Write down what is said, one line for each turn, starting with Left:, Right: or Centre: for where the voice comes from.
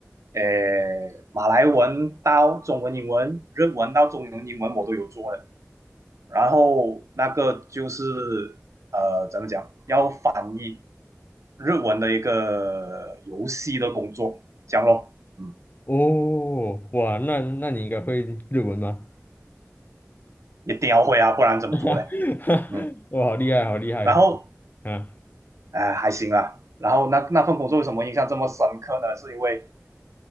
Right: 呃，马来文到中文、英文、日文到中文、英文我都有做的。然后那个就是呃，怎么讲，要翻译日文的一个游戏的工作，这样咯。嗯，
Left: 哦，哇，那那你应该会日文吗？
Right: 一定要会啊，不然怎么做嘞？
Left: <laughs>
Right: 嗯，
Left: 哇，好厉害，好厉害。
Right: 然后
Left: 啊，
Right: 哎、呃还行啦。然后那那份工作为什么印象这么深刻呢？是因为